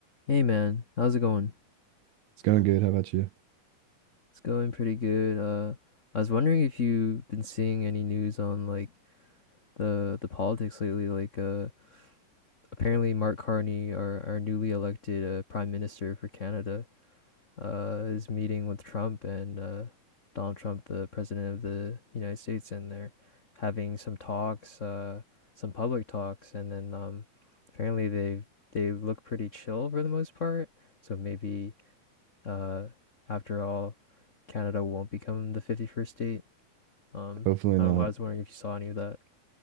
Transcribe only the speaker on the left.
Hey man, how's it going?
It's going pretty good. Uh, I was wondering if you've been seeing any news on like the the politics lately. Like, uh, apparently Mark Carney, our our newly elected uh, Prime Minister for Canada, uh, is meeting with Trump and uh, Donald Trump, the President of the United States, and they're having some talks, uh, some public talks, and then um, apparently they've they look pretty chill for the most part. So maybe. Uh, after all, Canada won't become the 51st state. Um,
I
don't, I was wondering if you saw any of that.